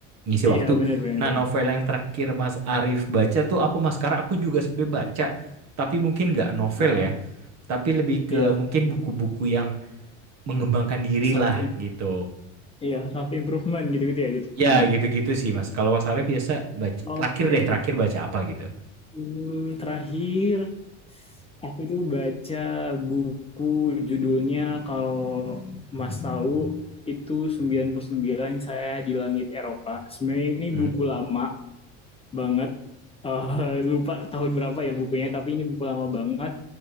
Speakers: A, on the right; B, on the left.
A: ngisi
B: iya
A: waktu.
B: benar-benar
A: Nah,
B: benar.
A: novel yang terakhir Mas Arif baca tuh apa Mas? Karena aku juga sebenarnya baca, tapi mungkin nggak novel
B: Heeh,
A: ya, tapi lebih ke
B: iya,
A: mungkin buku-buku yang mengembangkan diri
B: self
A: lah gitu.
B: iya self improvement gitu-gitu ya jadinya.
A: Ya, gitu-gitu sih Mas. Kalau Mas Arif biasa baca
B: Oke,
A: terakhir deh, terakhir baca apa gitu?
B: Hmm, terakhir Aku itu baca buku judulnya kalau Mas tahu itu sembilan puluh sembilan saya di langit Eropa. Sebenarnya ini
A: Hmm,
B: buku lama banget. Eh, <laughs> lupa tahun berapa ya bukunya, tapi ini buku lama banget.